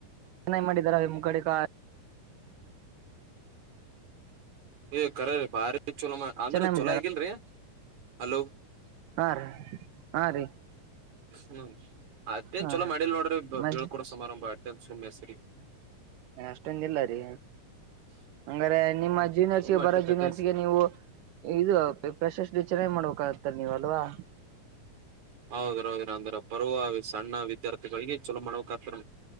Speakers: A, on the right (about 75°); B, on the right (about 60°).
A: ಚನ್ನ ಮಾಡಿದ್ದಾರ ಅವ ಮುಗಡಕ
B: ಏ ಕರೀ ಬಾರಿ ಚಲೋ ಅಂದ್ರ
A: ಚೆನ್ನಾಗಿ ಮಾಡಿದಾರ
B: ಚಲೋ ಆಗನ್ರೀ ಅಲೋ
A: ಹಾ ರೀ ಹಾ ರೀ.
B: ಹ್ಮ ಅಟ್ಟೆನ
A: ಹಾ
B: ಚಲೋ ಮಾಡಿಲ ನೋಡ್ರಿ
A: ಮ
B: ಬೀಳ್ಕೊಡ ಸಮಾರಂಭ ಅಟ್ಟೆನ ಸುಮ್ಮಸರಿಗಿ
A: ಅಷ್ಟೊಂಗದಿಲ್ಲ ರೀ ಹಂಗಾರೆ ನಿಮ್ಮ
B: ಹ್ಮ್
A: ಜೂನಿಯರ್ಸ್
B: ಸುಮ್
A: ಗೆ
B: ಅಟ್ಟ
A: ಬರೋ
B: ಕಟ್ಟ
A: ಜೂನಿಯರ್ಸ್ಗೆ ನೀವು ಇದು ಪ್ರಶಸ್ ಚೆನ್ನಾಗಿ ಮಾಡ್ಬೇಕಾಗೆ ತ ನೀವಲ್ವಾ
B: ಹೌದ್ರ ಹೌದ್ರ ಅಂದ್ರ ಬರುವ ಸಣ್ಣ ವಿದ್ಯಾರ್ಥಿಗಳಿಗೆ ಚಲೋ ಮಾಡಕ್ ಹತ್ರ